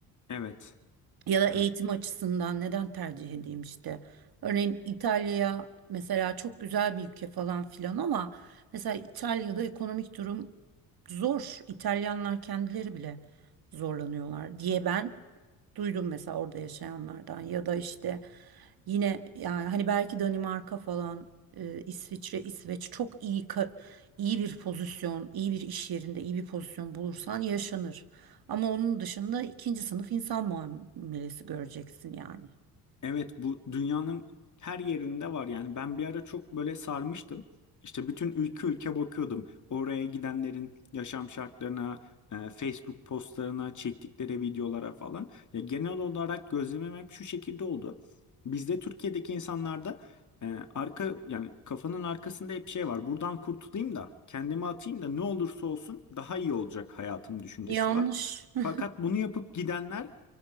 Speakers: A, on the left; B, on the right.
A: evet
B: Ya da
A: evet.
B: eğitim açısından neden tercih edeyim işte. Örneğin İtalya mesela çok güzel bir ülke falan filan ama mesela İtalya'da ekonomik durum zor. İtalyanlar kendileri bile zorlanıyorlar diye ben duydum mesela orada yaşayanlardan ya da işte yine yani hani belki Danimarka falan e, İsviçre İsveç çok iyi ka- iyi bir pozisyon, iyi bir iş yerinde iyi bir pozisyon bulursan yaşanır. Ama onun dışında ikinci sınıf insan muamelesi göreceksin yani.
A: Evet bu dünyanın her yerinde var yani ben bir ara çok böyle sarmıştım. İşte bütün ülke ülke bakıyordum. Oraya gidenlerin yaşam şartlarına, e, Facebook postlarına, çektikleri videolara falan. Ya genel olarak gözlemim hep şu şekilde oldu. Bizde Türkiye'deki insanlarda e, arka yani kafanın arkasında hep şey var. Buradan kurtulayım da kendimi atayım da ne olursa olsun daha iyi olacak hayatım düşüncesi
B: Yanlış.
A: var.
B: Hı,
A: Fakat bunu yapıp gidenler